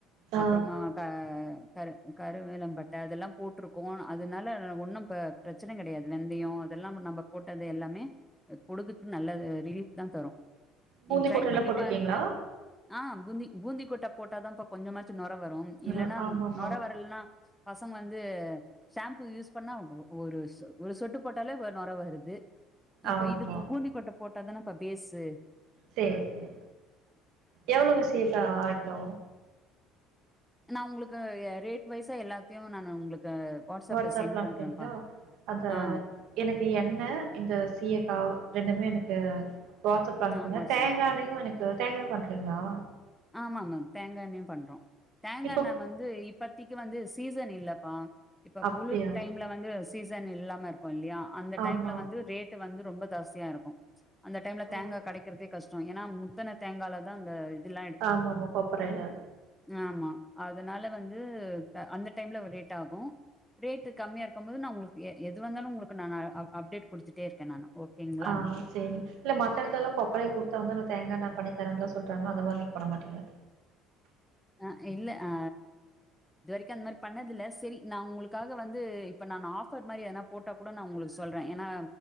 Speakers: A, on the right (about 75°); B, in the centre.
A: ஆ
B: அப்றமா க கரு கரு வேலம்பட்ட அதெல்லா போட்டிருக்கோ அதனால ஒன்னு பி பிரச்சனை கெடையாது வெந்தயோ அதெல்லா நம்ம போட் டது எல்லாமே பொடுகுக்கு நல்ல ரிலீப்தா தரு
A: பூந்தி
B: நீங் ட்ரை
A: கொட்டைலாம்
B: பண்ணி
A: போட்டிருக்கீங்களா?
B: பாருங்க ஆம் பூந்தி பூந்திக் கொட்ட போட்டாதாப்ப கொஞ்சமாச்சு நொர வரு
A: ஒரு
B: இல்லன்னா
A: ஆமாமா.
B: நொரை வரலன்னா பசங்க வந்து ஷாம்பு யூஸ் பண்ணா ஒரு ஒரு சொட்டு போட்டாலே நொர வருது இப்ப
A: ஆமா.
B: இது இப்ப பூந்திக்கொட்டை போட்டாதானே இப்ப பேசு
A: செரி செரி எவ்ளோ சீகக்கா ஆட்டணு
B: நா உங்களுக்கு ரேட் வைஸா எல்லாத்தையு நானு உங்களுக்கு வாட்ஸ்அப்ல
A: வாட்ஸ்அப்லா
B: சென்ட் பண்றேன்ப்பா
A: அனுப்பறீங்களா அத
B: ஆ
A: எனக்கு எண்ண இந்த சீயக்கா ரெண்டுமே எனக் அ வாட்ஸ்அப்ல அனுப்புங்க
B: ஆ வாட்ஸ்அப்ல
A: தேங்கா எண்ணெயையு எனக்கு தேங்கா எண்ணையு பண்றீங்கால
B: ஆமாங்க தேங்கண்ணையு பண்றோ தேங்கண்ண
A: இப்போ
B: வந்து இப் இபத்திக்கு வந்து சீசன் இல்லப்பா இப்ப
A: அப்படியா?
B: குளிர் டைம்ல வந்து சீசன் இல்லாம இருப்ப கு இல்லையா அந்த
A: ஆமா.
B: டைம்ல வந்து ரேட்டு வந்து ரொம்ப ஜாஸ்தியா இருக்கு அந்த டைம்ல
A: ஓ!
B: தேங்காய் கெடைக்கறதே கஷ் ஏன்னா முத்தன தேங்கால தா அந்த இதுல
A: ஆமா ஆமா கொப்பறைல
B: ஆமா அதனால வந்து அந்த டைம்ல ஒரு லேட் ஆகு ரேட்டு் கம்மியா இருக்கு போது நா உங்களுக்கு எ எது வந்தாலு உங்களுக்கு நா அப்டேட் குடுத்துட்டே இருக்கே நானு ஓகேங்களா
A: ஆ செரிங்க இல்ல மத்த எடத்தத்தால கொப்பைறையு குடுத்தா வந்து நா தேங்காயெண்ண பண்ணி வேணானெல்ல சொல்றாங்கன்னா அந்த மாரி நீங்க பண்ண மாட்டீங்க
B: அ இல்ல அ இது வரைக்கு அந்த மாதிரி பண்ணதில்ல சரி நான் உங்களுக்காக வந்து இப்ப நான் ஆபர் மாதிரி ஏதனா போட்டா கூட நான் உங்களுக்கு சொல்றே ஏன்னா